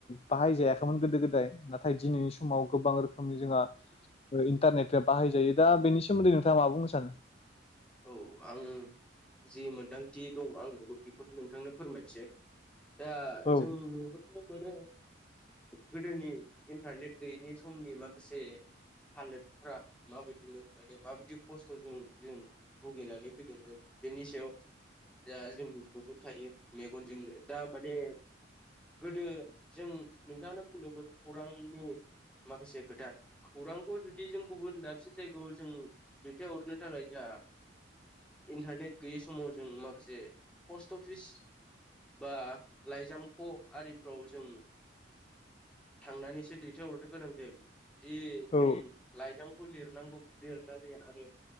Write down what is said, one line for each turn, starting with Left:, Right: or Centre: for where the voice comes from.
Left: बाहाय जायाखैमोन गोदो गोदाय नाथाय दिनैनि समाव गोबां रोखोमनि जोंहा ओ इन्टारनेटा बाहायजायो दा बेनि सोमोन्दै नोंथाङा मा बुंनो सानो?
Centre: औ आं जि मोनदांथि दं आंहाबो बेखौनो नोंथांनो फोरमायसै दा
Left: औ
Centre: जों नुहरनो मोनो गोदोनि इन्टारनेट गैयैनि समनि माखासे हालोदफ्रा माबायदिमोन माने माबायदि खस्थजों जों भुगिनानै फैदोंमोन बेनि सायाव दा जों नुहुरखायो मेगनजोंनो दा माने गोदो जों नोंथाङानो बुंदोंमोन खौरांनि माखासे खोथा खौरांखौ जुदि जों गुबुन दाबसे जायगायाव जों दैथायहरनो थाखाय जोंहा इन्टारनेट गैयै समाव जों माखासे पस्ट अफिस बा लाइजामख' आरिफ्राव जों थांनानैसो दैथायहरनो गोनां जायोमोन। दि
Left: औ
Centre: जों लाइजामखौ लिरनांगौ लिरनानै आरो